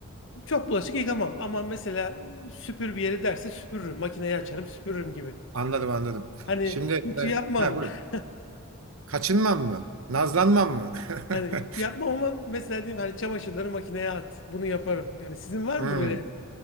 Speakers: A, on the left; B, on the right.
A: çok bulaşık yıkamam ama mesela süpür bir yeri derse süpürürüm. Makineyi açarım, süpürürüm gibi.
B: Anladım anladım.
A: Hani
B: Şimdi
A: ütü
B: e,
A: yapmam.
B: ha buyur.
A: <laughs>
B: Kaçınmam mı? Nazlanmam mı?
A: Hani
B: <laughs>
A: ütü yapmam ama mesela diyeyim hani çamaşırları makineye at. Bunu yaparım. Yani sizin var
B: Hmm.
A: mı böyle?